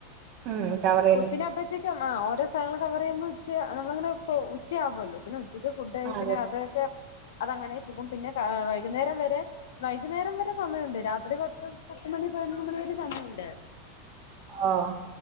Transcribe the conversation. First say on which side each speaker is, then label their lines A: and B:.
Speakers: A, on the right (about 50°); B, on the left (about 70°).
A: ഉം കവർ ചെയ്ത്
B: പ്പോത്ത്ന് അപ്പെ ത്തേക്ക്യും ആഹ് ഓരോ സ്ഥലങ്ങള് കവെറെയ്യ്മ്പാെ ഉച്ചെ നമ്മളങ്ങെനെ പ്പൊ ഉച്ചയാവോല്ലോ പിന്നെ ഉച്ചെക്ക് ഫുഡ്ഡായി
A: അതെ
B: പിന്നെ അതേക്കെ അതങ്ങെനേ പാെകും പിന്നെ താ വൈക്ന്നേരം വെരെ ക്ന്നേരം വെരെ സമയുണ്ട് രാത്രി പത്ത് പത്ത് മണി പയ്നൊന്ന് മണി വെരെ സമയുണ്ട്
A: ആഹ്